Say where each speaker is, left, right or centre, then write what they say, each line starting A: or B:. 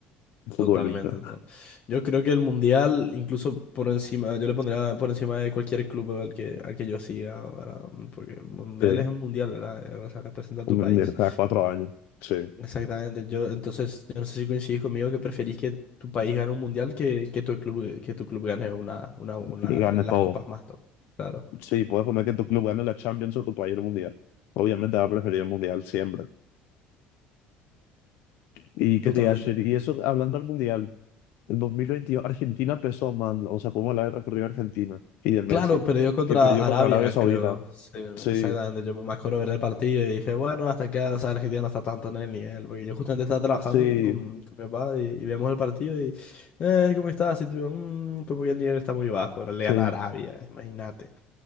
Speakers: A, on the left (about 65°); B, on the left (about 35°).
A: futbolista?
B: totalmente. to- Yo creo que el Mundial, incluso por encima, yo le pondría por encima de cualquier club al que, al que yo siga, ¿verdad? Porque el Mundial
A: Sí,
B: es un Mundial, ¿verdad? O sea, representa
A: un,
B: a tu país.
A: de cada cuatro años. Sí.
B: Exactamente. Yo, entonces, yo no sé si coincidís conmigo que preferís que tu país gane un Mundial que, que tu club, que tu club gane una, una, una,
A: que gane
B: las
A: todo.
B: copas más top. Claro,
A: Sí, puedes poner que tu club gane la Champions o tu país el Mundial. Obviamente va a preferir el Mundial siempre. Y que
B: totalmente.
A: te iba a decir y eso hablando del Mundial, en 2022 Argentina empezó man o sea, como la guerra que dio Argentina y de Messi,
B: Claro, perdió contra
A: que perdió
B: Arabia,
A: contra Arabia Saudita.
B: creo. Sí,
A: Sí,
B: exactamente. Yo me acuerdo ver el partido y dije, bueno, hasta acá, o sea, Argentina no está tanto en el nivel. Porque yo justamente estaba trabajando
A: sí,
B: con, con mi papá y, y vemos el partido y, eh, ¿cómo está? Así, tipo, "Mm, como que el nivel está muy bajo. Ahora le
A: sí.
B: gana a Arabia, imagínate.